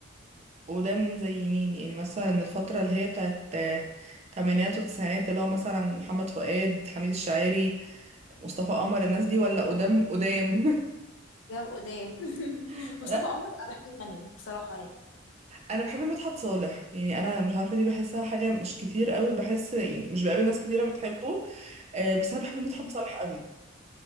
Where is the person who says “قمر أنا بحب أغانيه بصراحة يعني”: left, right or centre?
Left